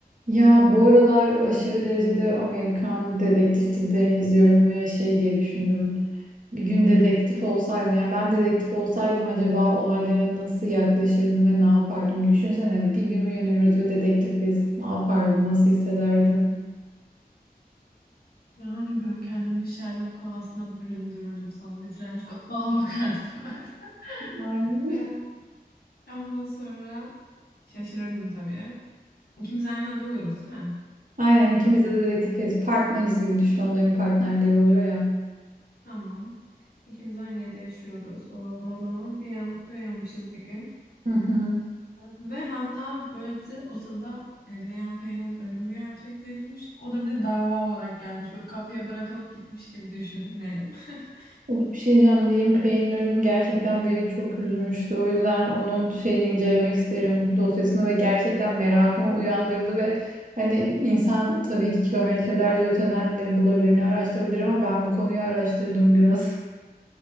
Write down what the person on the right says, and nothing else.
Ya bu aralar aşırı derecede Amerikan dedektif dizilerini izliyorum ve şey diye düşündüm. Bir gün dedektif olsaydım yani ben dedektif olsaydım acaba olaylara nasıl yaklaşırdım ve ne yapardım? Düşünsene bir gün uyanıyoruz ve dedektifiz. Ne yapardın? Nasıl hissederdin?
Aynen.
Aynen ikimiz de dedektifiz. Partneriz gibi düşün onların partnerleri oluyor ya.
Hı hı.
Of, Bir şey diyeceğim. Liam Payne'in ölümü gerçekten beni çok üzmüştü. O yüzden onun şeyini incelemek isterim dosyasını ve gerçekten merakımı uyandırdı ve hani insan tabii ki kilometrelerce öteden ne bulabilir ne araştırabilir ama ben bu konuyu araştırdım biraz.